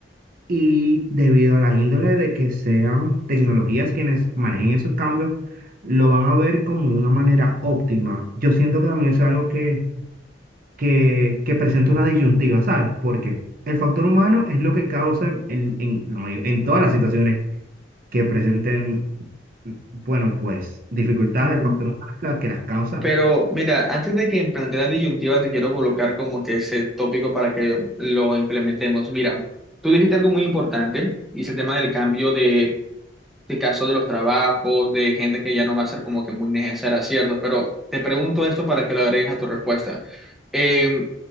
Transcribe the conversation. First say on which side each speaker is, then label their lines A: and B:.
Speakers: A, on the right; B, in the centre.
A: Y debido a la índole de que sean tecnologías quienes manejen esos cambios, lo van a ver como una manera óptima. Yo siento que también es algo que que, que presenta una disyuntiva, ¿sabes? Porque el factor humano es lo que causa en, en, la mayo- en todas las situaciones que presenten, bueno, pues dificultades,
B: Mm,
A: el factor humano es la que las causa.
B: Pero mira, antes de que plantee la disyuntiva, te quiero colocar como que ese tópico para que lo implementemos. Mira, tú dijiste algo muy importante y es el tema del cambio de de caso de los trabajos, de gente que ya no va a ser como que muy necesaria, ¿cierto? Pero te pregunto esto para que lo agregues a tu respuesta. Eh,